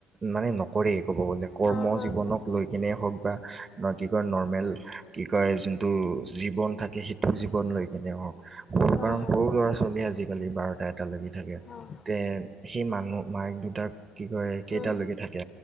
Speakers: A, on the right; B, on the left.
A: মানে নকৰে, ক'ব গ'লে কৰ্ম
B: উম
A: জীৱনক লৈ কেনে হওক বা ন' কি কয় নৰ্মেল কি কয় যোনটো জীৱন থাকে সেই জীৱন লৈ কেনে হওক, সোৰ
B: উম
A: কাৰণ সৰু ল'ৰা ছোৱালীয়ে আজিকালি বাৰটা এটা লৈকে থাকে,
B: উম
A: তে সেই মানুহ মায়েক দুটাক কি কয় কেইটালৈকে
B: উম উম উম উম
A: থাকে,